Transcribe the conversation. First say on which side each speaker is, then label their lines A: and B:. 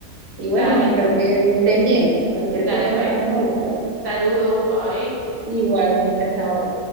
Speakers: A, on the right (about 80°); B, on the right (about 20°).
A: y bueno,
B: dale.
A: espero que estén bien. Cualquier
B: Dale
A: cosa
B: pues,
A: estamos hablando.
B: saludos, bye.
A: Igual, muñeca, chao.